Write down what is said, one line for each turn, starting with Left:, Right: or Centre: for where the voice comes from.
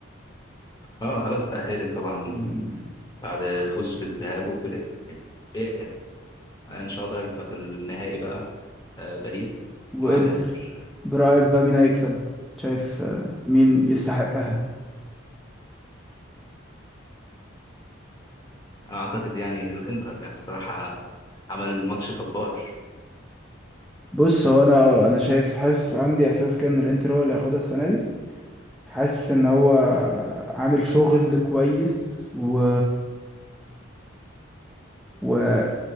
Left: اه خلاص تأهلت طبعا
Centre: مم.
Left: بعد الفوز في الذهاب وفي الإياب إن شاء الله هيبقى في النهائي بقى آه، باريس
Centre: وانتر
Left: مع الإنتر
Centre: برأيك بقى مين هيكسب شايف آه، مين يستحقها
Left: أنا أعتقد يعني الإنتر يعني الصراحة عمل ماتش جبار
Centre: بص هو انا اه انا شايف حاسس عندي احساس كده ان الانتر هو اللي هياخدها السنة دي حاسس ان هو عامل شغل كويس و, و...